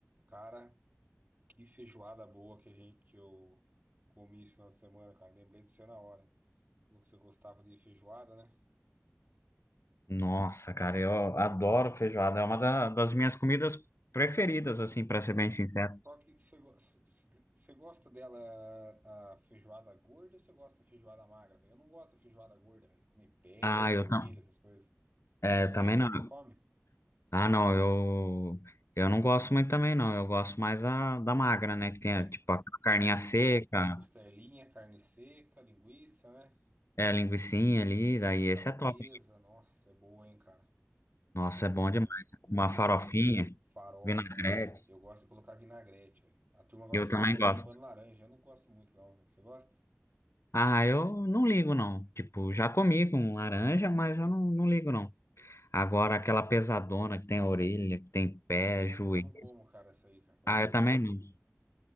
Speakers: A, on the right; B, on the left.
A: Cara, que feijoada boa que a gente que eu comi esse final de semana, cara. Lembrei de você na hora. Falou que você gostava de feijoada, né?
B: Nossa, cara, eu adoro feijoada. É uma da- das minhas comidas preferidas, assim, pra ser bem sincero.
A: Só que você, go- c- c- você gosta dela a feijoada gorda ou você gosta da feijoada magra, velho? Eu não gosto da feijoada gorda, velho. Comer pé,
B: Ah,
A: comer
B: eu,
A: orelha,
B: tam,
A: essas coisas.
B: é,
A: Você não
B: eu também
A: liga?
B: não.
A: Você come?
B: Ah, não, eu, eu não gosto muito também, não. Eu gosto mais a, da magra, né? Que tem,
A: É,
B: a, tipo, a carninha
A: custa,
B: seca,
A: costelinha, carne seca, linguiça, né?
B: é, a linguicinha ali. Daí
A: Uma calabresa.
B: esse é top.
A: Nossa, é boa, hein, cara?
B: Nossa,
A: com
B: é bom demais. Uma
A: arrozinho,
B: farofinha,
A: farofa.
B: vinagrete.
A: Eu gosto de colocar vinagrete, velho. A turma gosta
B: Eu também
A: de comer
B: gosto.
A: chupando laranja. Eu não gosto muito, não, velho. Você gosta?
B: Ah, eu não ligo, não. Tipo, já comi com laranja, mas eu não, não ligo, não. Agora, aquela pesadona que tem orelha, que tem pé,
A: Eu não,
B: joelho.
A: eu não como, cara, essa aí, cara, falar
B: Ah,
A: a verdade
B: eu também
A: pra você.
B: não.